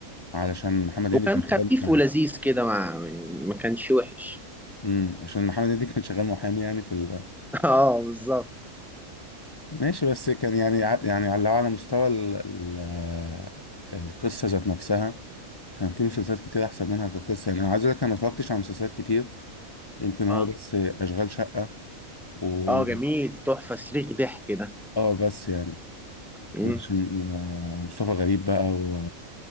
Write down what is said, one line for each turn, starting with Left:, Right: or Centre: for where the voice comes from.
Left: علشان محمد هنيدي
Centre: وكان
Left: كان شغال
Centre: خفيف
Left: محامي
Centre: ولذيذ كده ما ما كانش وحش
Left: امم عشان محمد هنيدي كان شغال محامي يعني في ال...
Centre: <laughs> اه بالظبط
Left: ماشي بس كان يعني ع- يعني على لو على مستوى ال... ال... القصه ذات نفسها كان في مسلسلات كتير احسن منها كقصه يعني انا عايز اقول لك انا ما اتفرجتش على مسلسلات كتير يمكن هو
Centre: اه
Left: بس اشغال شقه و
Centre: اه جميل تحفة صريخ ضحك ده
Left: اه بس يعني
Centre: مم.
Left: كان عشان آه، مصطفى غريب بقى و...